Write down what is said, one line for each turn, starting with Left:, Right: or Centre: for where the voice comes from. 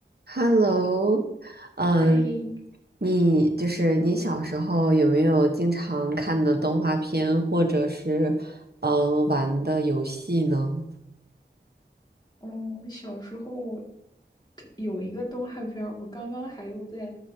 Right: Hello，嗯，
Left: 哎，
Right: 你就是你小时候有没有经常看的动画片，或者是呃，玩的游戏呢？
Left: 嗯，小时候有一个动画片儿，我刚刚还又在